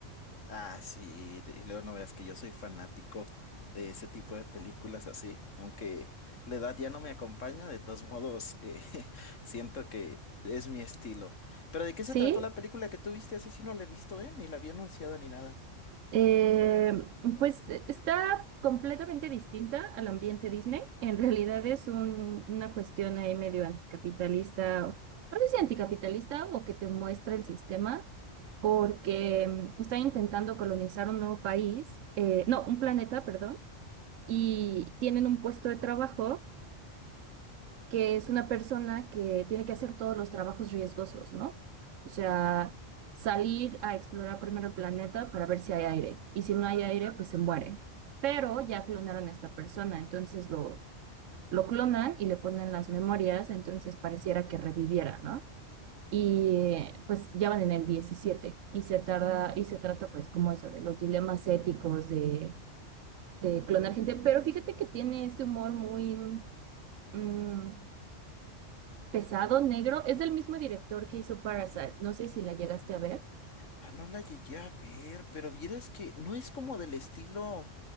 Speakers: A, on the left; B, on the right.
A: Ah, sí, y luego no veas que yo soy fanático de ese tipo de películas así, aunque la edad ya no me acompaña, de todos modos, eh, <laughs> siento que es mi estilo. Pero ¿de qué
B: ¿Sí?
A: se trató la película que tú viste? Esa sí no la he visto, ¿eh? Ni la había anunciada ni nada.
B: Eh, pues eh, está completamente distinta al ambiente Disney. En realidad es un- una cuestión ahí medio anticapitalista, o- no sé si anticapitalista o que te muestra el sistema, porque mm, están intentando colonizar un nuevo país, eh, no, un planeta, perdón, y tienen un puesto de trabajo que es una persona que tiene que hacer todos los trabajos riesgosos, ¿no? O sea, salir a explorar primero el planeta para ver si hay aire. Y si no hay aire, pues se muere. Pero ya clonaron a esta persona, entonces lo, lo clonan y le ponen las memorias, entonces pareciera que reviviera, ¿no? Y eh, pues ya van en el 17 y se tarda, y se trata pues como eso, de los dilemas éticos de, de clonar gente. Pero fíjate que tiene este humor muy mm, Pesado, negro, es del mismo director que hizo Parasite. No sé si la llegaste a ver.
A: Ah, no la llegué a ver, pero vieras que no es como del estilo.